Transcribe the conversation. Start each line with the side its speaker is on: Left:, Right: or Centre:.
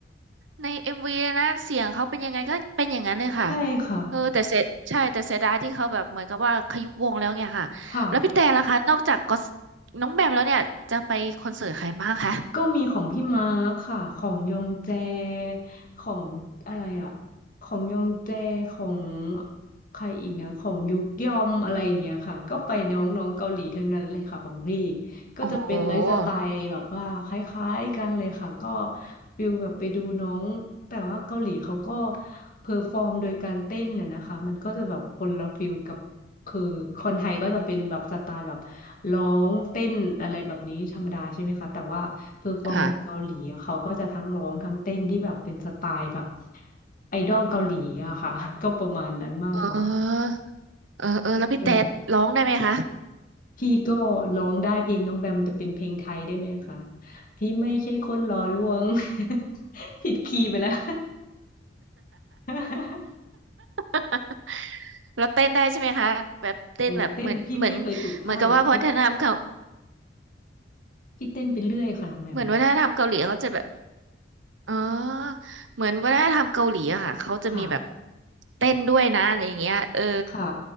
Right: ในเอ็มวีนะเสียงเขาเป็นยังไงก็เป็นอย่างนั้นเลยค่ะ
Left: ใช่ค่ะ
Right: เออแต่เสรใช่แต่เสียดายที่เขาแบบเหมือนกับว่าขยุบวงแล้วเนี่ยค่ะแล้วพี่แต่ล่ะคะนอกจากก็อต
Left: ค่ะ
Right: น้องแบมแล้วเนี่ยจะไปคอนเสิร์ตใครบ้างคะ
Left: ก็มีของพี่มาร์คค่ะของยองแจ ของอะไรอะของยองแจของใครอีกนะของยุกยอมอะไรอย่างเงี้ยค่ะก็ไปน้องๆเกาหลีทั้งนั้นเลยค่ะของพี่ ก็จะเป็นไลฟ์สไตล์แบบว่าคล้ายๆกันเลยค่ะก็
Right: โอ้โห
Left: ฟิลแบบไปดูน้องแต่ว่าเกาหลีเขาก็เพอร์ฟอร์มโดยการเต้นน่ะนะคะมันก็จะแบบคนละฟิลกับคือคนไทยก็จะเป็นแบบสไตล์แบบร้องเต้นอะไรแบบนี้ธรรมดาใช่ไหมคะแต่ว่าเพอร์ฟอร์มของเกาหลีอะเขาก็จะทั้งร้องทั้งเต้นที่แบบเป็นสไตล์แบบ
Right: ค่ะ
Left: ไอดอลเกาหลีอะค่ะ <laughs> ก็ประมาณนั้นมากกว่าค่ะ
Right: เออเออเออแล้วพี่แต่ร้องได้ไหมคะ
Left: อืม พี่ก็ร้องได้เพลงน้องแบมแต่เป็นเพลงไทยได้ไหมคะพี่ไม่ใช่คนหล่อลวง <laughs> ผิดคีย์ไปแล้ว <laughs>
Right: <laughs> เราเต้นได้ใช่ไหมคะแบบเต้นแบบเหมือนเหมือนเหมือนกับว่าวัฒนธรรมเขา
Left: โอ้ยเต้นพี่ไม่เคยถูกท่าหรอกค่ะพี่ก็พี่เต้นไปเรื่อยค่ะน้องแบม
Right: เหมือนวัฒนธรรมเกาหลีเขาจะแบบอ๋อเหมือนวัฒนธรรมเกาหลีอะค่ะเขาจะมีแบบ
Left: ค่ะ
Right: เต้นด้วยนะอะไรอย่างเงี้ยเออ
Left: ค่ะ